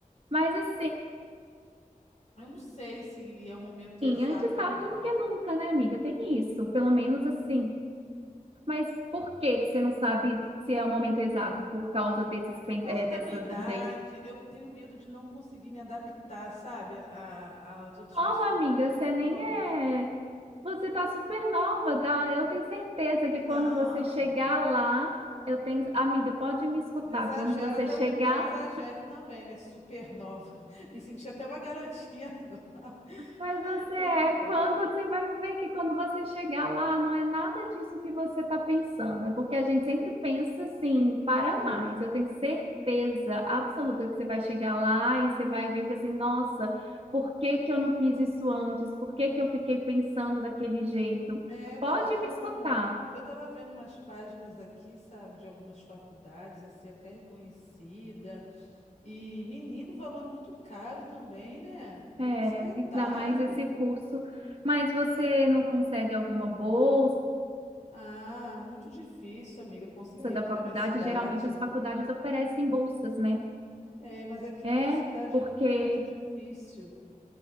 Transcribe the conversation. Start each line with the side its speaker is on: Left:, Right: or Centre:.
Right: Mas assim,
Left: Eu não sei se é o momento exato
Right: antes tarde
Left: agora.
Right: do que nunca, né, amiga? Tem isso, pelo menos assim. Mas por que que você não sabe se é o momento exato? Por causa desses,
Left: É por
Right: pen-
Left: causa
Right: eh,
Left: da
Right: dessa
Left: minha idade,
Right: dúvida aí?
Left: eu tenho medo de não conseguir me adaptar, sabe, a- às outras
Right: Nova,
Left: pessoas
Right: amiga,
Left: mais
Right: você nem
Left: jovens.
Right: é. Você está super nova, tá? Eu tenho certeza que
Left: Não,
Right: quando você chegar lá, eu tenho. Amiga, pode me escutar.
Left: exagera
Right: Quando você
Left: também,
Right: chegar,
Left: não exagere também, né? Supernova. <laughs> Me senti até uma garotinha agora.
Right: mas
Left: Ai,
Right: você
Left: quem
Right: é.
Left: dera.
Right: Quando você vai ver que quando você chegar lá, não é nada disso que você está pensando. É porque a gente sempre pensa assim, para mais. Eu tenho certeza absoluta que você vai chegar lá e você vai ver e fala assim, nossa, por que que eu não fiz isso antes? Por que que eu fiquei pensando daquele jeito?
Left: É, eu tava
Right: Pode
Left: vendo,
Right: me escutar.
Left: eu tava vendo umas páginas aqui, sabe, de algumas faculdades, assim, até reconhecida. E menino, o valor é muito caro também, né?
Right: É,
Left: Tem esse detalhe.
Right: ainda mais esse curso. Mas você não consegue alguma bolsa
Left: Ah, muito difícil, amiga, conseguir aqui
Right: da faculdade?
Left: na minha cidade.
Right: Geralmente as faculdades oferecem bolsas, né?
Left: É, mas aqui
Right: É,
Left: na minha cidade
Right: porque
Left: é muito difícil.